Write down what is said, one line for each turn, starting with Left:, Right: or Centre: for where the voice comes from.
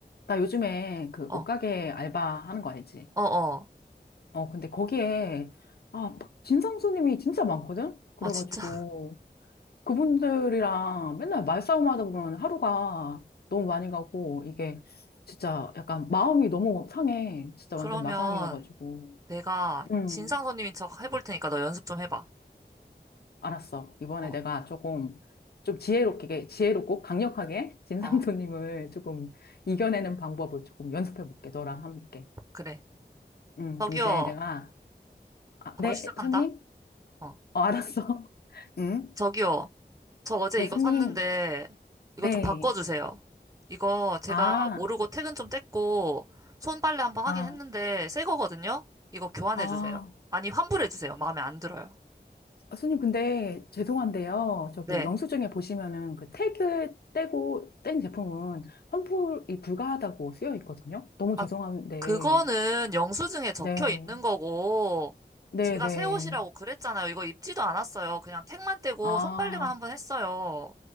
Left: 나 요즘에 그
Right: 어,
Left: 옷가게 알바 하는 거 알지?
Right: 어, 어.
Left: 어, 근데 거기에, 아, 막 진상 손님이 진짜 많거든? 그래가지고,
Right: 아, 진짜? <laughs>
Left: 그분들이랑 맨날 말싸움 하다 보면 하루가 너무 많이 가고, 이게 진짜 약간 마음이 너무 상해. 진짜
Right: 그러면
Left: 완전 마상이어가지고.
Right: 내가
Left: 음,
Right: 진상 손님인 척 해볼 테니까 너 연습 좀 해봐.
Left: 알았어. 이번에
Right: 어,
Left: 내가 조금, 좀 지혜롭게, 지혜롭고 강력하게 진상
Right: 어,
Left: 손님을 조금 이겨내는 방법을 조금 연습해 볼게. 너랑 함께.
Right: 그래.
Left: 음,
Right: 저기요,
Left: 그럼 이제 내가 아,
Right: 바로
Left: 네,
Right: 시작한다.
Left: 손님?
Right: 어,
Left: 어, 알았어. <laughs> 응?
Right: 저기요, 저 어제
Left: 네,
Right: 이거
Left: 손님.
Right: 샀는데
Left: 네.
Right: 이거 좀 바꿔주세요. 이거 제가
Left: 아,
Right: 모르고 퇴근 좀 뗐고 손빨래 한번
Left: 아,
Right: 하긴 했는데 새 거거든요? 이거 교환해주세요.
Left: 아.
Right: 아니, 환불해주세요. 마음에 안 들어요.
Left: 아, 손님, 근데 죄송한데요. 저기
Right: 네.
Left: 영수증에 보시면은 그 태그 떼고 뗀 제품은 환불이 불가하다고 쓰여 있거든요. 너무
Right: 아,
Left: 죄송한데.
Right: 그거는 영수증에 적혀
Left: 네.
Right: 있는 거고,
Left: 네,
Right: 제가
Left: 네.
Right: 새 옷이라고 그랬잖아요. 이거 입지도 않았어요. 그냥 택만 떼고
Left: 아.
Right: 손빨래만 한 번 했어요.